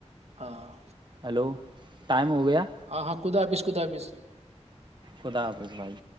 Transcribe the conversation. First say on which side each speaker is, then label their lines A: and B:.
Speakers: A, on the right (about 65°); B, on the right (about 40°).
A: ہاں ہاں
B: ہیلو ٹائم ہو گیا
A: ہ ہاں خد آپ اس <unintelligible> خدابس <unintelligible>
B: خدا حفظ بھائی